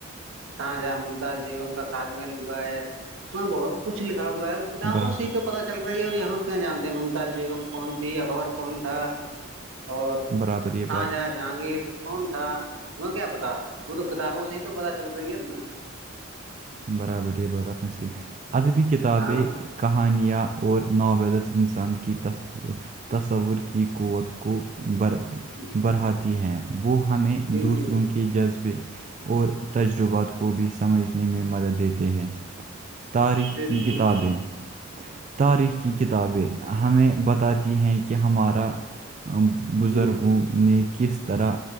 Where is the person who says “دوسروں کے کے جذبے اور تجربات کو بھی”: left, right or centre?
Right